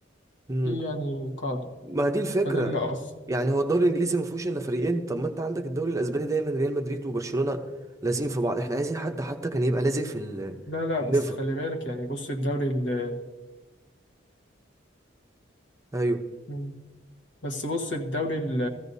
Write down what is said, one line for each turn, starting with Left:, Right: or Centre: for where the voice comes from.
Right: امم
Left: في يعني قاعدة
Right: ما هي دي الفكره
Left: فده اللي قص
Right: يعني هو الدوري الانجليزي ما فيهوش الا فريقين طب ما انت عندك الدوري الاسباني دايما ريال مدريد وبرشلونه لازقين في بعض احنا عايزين حد حتى كان يبقى لازق في ال-
Left: لا لا
Right: في
Left: بس
Right: الليفر
Left: خلي بالك يعني بص الدوري ال
Right: ايوه
Left: مم. بس بص الدوري ال